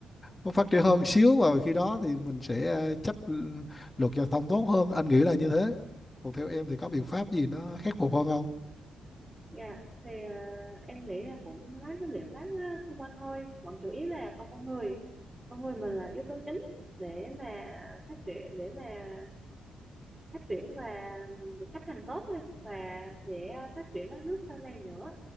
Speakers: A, on the left; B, on the right.
A: nó phát triển hơn xíu và khi đó thì mình sẽ ờ, chấp luật giao thông tốt hơn anh nghĩ là như thế còn theo em thì có biện pháp gì nó khắc phục hơn không
B: dạ yeah. thì à, em nghĩ là cũng mấy cái biện pháp á, xung quanh thôi còn chủ yếu là con con người con người mình là yếu tố chính để mà à, phát triển để mà phát triển và được chấp hành tốt thôi và sẽ phát triển đất nước sau này nữa